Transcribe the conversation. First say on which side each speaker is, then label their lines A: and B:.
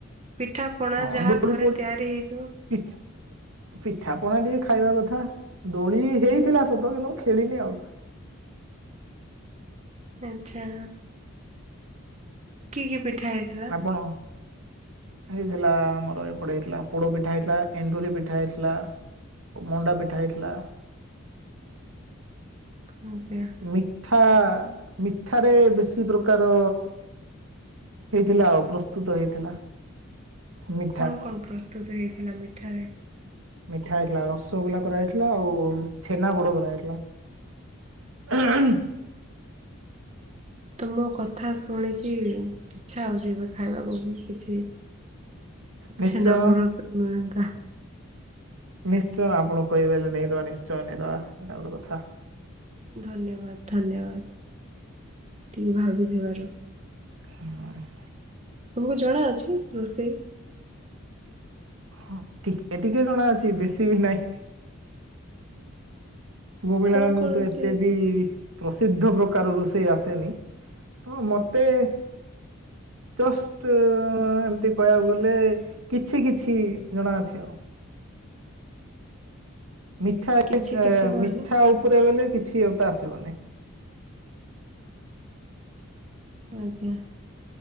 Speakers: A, on the right; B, on the right.
A: ପିଠାପଣା
B: ହଁ
A: ଯାହା
B: ଦୋଳି
A: ଘରେ ତିଆରି ହେଇଥିବ।
B: <unintelligible> ପିଠାପଣା ଟିକେ ଖାଇବା କଥା ଦୋଳି ହେଇଥିଲା ସତ କିନ୍ତୁ ମୁଁ ଖେଳିନି ଆଉ।
A: ଆଚ୍ଛା। କି କି ପିଠା ହେଇଥିଲା?
B: ଆପଣ ହେଇଥିଲା ଆମର ଏପଟେ ହେଇଥିଲା ପୋଡ ପିଠା ହେଇଥିଲା ଏଣ୍ଡୁରି ପିଠା ହେଇଥିଲା। ମଣ୍ଡା ପିଠା ହେଇଥିଲା।
A: ଆଜ୍ଞା।
B: ମିଠା ମିଠାରେ ବେଶୀ ପ୍ରକାର ହେଇଥିଲା ଆଉ ପ୍ରସ୍ତୁତ ହେଇଥିଲା। ମିଠା
A: କଣ କଣ ପ୍ରସ୍ତୁତ ହେଇଥିଲା ମିଠାରେ?
B: ମିଠା ହେଇଥିଲା ରସଗୋଲା କରାଯାଇଥିଲା ଆଉ ଛେନା ବୋଡ କରାଯାଇଥିଲା। <inaudible>
A: ତମ କଥା ଶୁଣିକି ଇଚ୍ଛା ହଉଛି ଏବେ ଖାଇବାକୁ ବି କିଛି
B: ନିଶ୍ଚୟ
A: ଛେନାପୋଡ ମିଳନ୍ତା
B: ନିଶ୍ଚୟ ଆପଣ କହିବେଲେ ନେଇଦବା ନିଶ୍ଚୟ ନେଇଦବା ଏଇଟା ଗୋଟେ କଥା।
A: ଧନ୍ୟବାଦ ଧନ୍ୟବାଦ ଟିକେ ଭାବିଥିବାରୁ।
B: <unintelligible>
A: ତମକୁ ଜଣା ଅଛି ରୋଷେଇ?
B: ହଁ ଟିକେ ଟିକେ ଜଣା ଅଛି ବେଶୀ ବି ନାଇଁ। ପୁଅ ପିଲାମାନଙ୍କୁ
A: କଣ କଣ
B: ତ
A: ଏମିତି
B: ଏତେ ବି ପ୍ରସିଦ୍ଧ ପ୍ରକାର ରୋଷେଇ ଆସେନି ତ ମତେ ଜଷ୍ଟ ଏମିତି କହିବାକୁ ଗଲେ କିଛି କିଛି ଜଣା ଅଛି ଆଉ। ମିଠା
A: କିଛି କିଛି କହିଲେ
B: ମିଠା ଉପରେ ଗଲେ କିଛି ତ ଆସିବନି।
A: ଆଜ୍ଞା